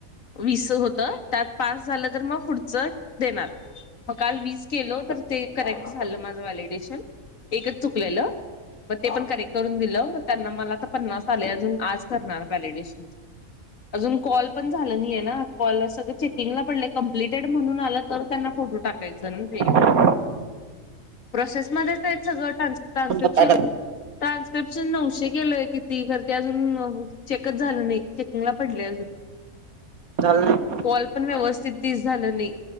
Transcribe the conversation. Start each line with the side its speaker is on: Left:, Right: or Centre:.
Left: वीस होत त्यात पास झालं तर मग पुढचं देणार मग काल वीस केल तर ते करेक्ट झालं माझं व्हॅलिडेशन एकच चुकलेलं मग ते पण करेक्ट करून दिलं मग त्यांना मला आ पन्नास आले अजून आज करणार व्हॅलिडेशनच
Right: ह
Left: अजून कॉल पण झालं नाही ना कॉल सगळं चेकिंगला पडलंय कम्प्लिटेड म्हणून आलं तर त्यांना फोटो टाकायच. जनी <inaudible>
Right: ह
Left: प्रोसेसमध्येच आहेत सगळं टान ट्रान्स्क्रिप्शन
Right: मग काय
Left: ट्रान्स्क्रिप्शन नऊशे केलंय किती खर ते अजून चेकच झालं नाही चेकिंगला पडले अजून
Right: झालं नाही.
Left: कॉल पण व्यवस्थित तीस झालं नाही